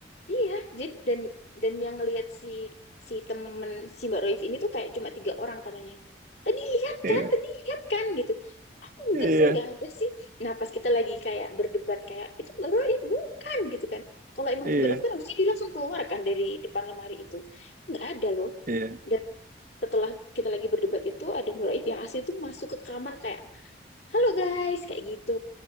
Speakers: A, on the left; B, on the right.
A: Iya, jadi dan dan yang ngelihat si si temen si Mbak Roif ini tuh kayak cuma tiga orang katanya. Tadi lihat
B: Iya.
A: kan, tadi lihat kan gitu. Aku enggak
B: Iya.
A: sih, enggak ada sih. Nah, pas kita lagi kayak berdebat kayak itu Mbak Roif bukan gitu kan. Kalau emang
B: Iya.
A: itu Mbak Roif kan harusnya dia langsung keluar kan dari depan lemari itu. Enggak ada loh.
B: Iya.
A: Dan setelah kita lagi berdebat itu ada Mbak Roif yang asli tuh masuk ke kamar kayak, "Halo guys," kayak gitu.